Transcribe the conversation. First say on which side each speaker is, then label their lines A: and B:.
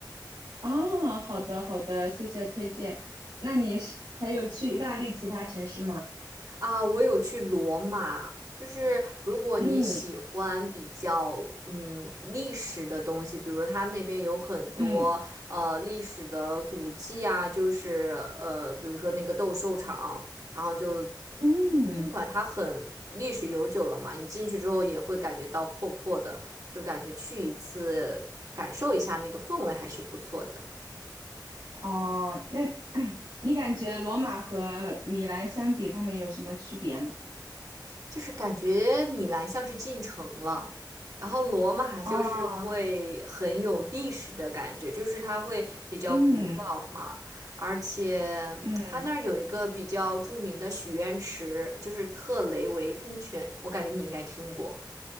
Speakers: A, on the right (about 90°); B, on the right (about 50°).
A: 啊？好的好的，谢谢推荐。那你是还有去意大利其他城市吗？
B: 啊，我有去罗马，就是如果你喜欢比较嗯历史的东西，
A: 嗯
B: 比如它那边有很多呃历史的古迹啊，
A: 嗯
B: 就是呃比如说那个斗兽场，然后就
A: 嗯，
B: 尽管它很历史悠久了嘛，你进去之后也会感觉到破破的，就感觉去一次感受一下那个氛围还是不错的。
A: 哦，那 <clears throat> 你感觉罗马和米兰相比，他们有什么区别呢？
B: 就是感觉米兰像是进城了，然后罗马就是会很有历史的感觉，
A: 哦，
B: 就是它会比较古老嘛，
A: 嗯
B: 而且
A: 嗯
B: <tsk> 它那儿有一个比较著名的许愿池，就是特雷维喷泉，我感觉你应该听过。